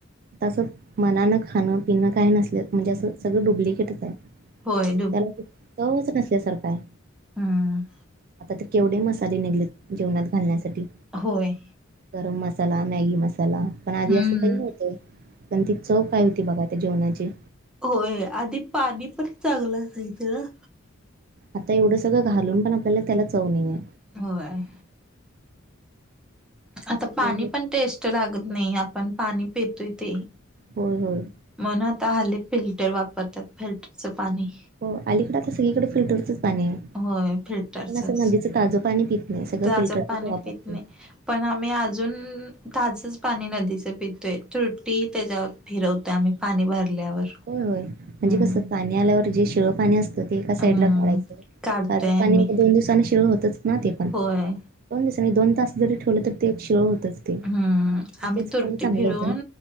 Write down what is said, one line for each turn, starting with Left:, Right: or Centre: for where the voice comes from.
Right: आ असं मनानं खाणं पिणं काही नसल, म्हणजे असं सगळं डुप्लिकेटच आहे.
Centre: होय
Right: त्याला चवच नसल्यासारखा हाय.
Centre: हम!
Right: आता ते केवढे मसाले निघालेत जेवणात घालण्यासाठी.
Centre: होय.
Right: गरम मसाला, मॅगी मसाला, पण
Centre: हम्म
Right: आधी असं खही नवत पण ती चव काय होती बघा त्या जेवणाची
Centre: होय, आधी पाणी पण चांगलं असायचं
Right: आता एवढं सगळं घालून पण आपल्याला त्याला चव नई हाय.
Centre: होय. आता पाणी
Right: एवढे
Centre: पण टेस्ट लागत नाही, आपण पाणी पेतोय तेे.
Right: होय होय.
Centre: म्हणून आता हली फिल्टर वापरतात, फिल्टरचं पाणी
Right: हो, अलीकडं आता सगळीकडे फिल्टरच पाणी आहे.
Centre: होय फिल्टरचच
Right: कोण असं नदीचं ताजं पाणी पित नाही, सगळं
Centre: ताजं
Right: फिल्टरच
Centre: पाणी
Right: वापरतात.
Centre: पित नाही पण आम्ही अजून ताजच पाणी नदीच पितोय, त्रुटी त्याच्यावर फिरवतो आम्ही पाणी भरल्यावर.
Right: होय होय, म्हणजे
Centre: हम्म
Right: कसं पाणी आल्यावर जे शिळं पाणी असतं ते एका साईडला
Centre: हम्म
Right: काढायच,
Centre: काढतोय
Right: ताज पाणी
Centre: आम्ही
Right: दोन दिवसांना शीळ होतच ना ते पण
Centre: होय
Right: दोन दिवस नाही, दोन तास जरी ठेवलं तर ते एक शिळ होतच. ते
Centre: हम्म! आम्ही
Right: तेच
Centre: तुरटी
Right: पाणी चांगलं
Centre: फिरवून
Right: होतं ना